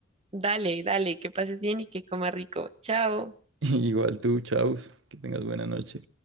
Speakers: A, on the right; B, on the right.
A: Dale, dale, que pases bien y que comas rico. Chao.
B: <laughs> igual tú, chaus, que tengas buena noche.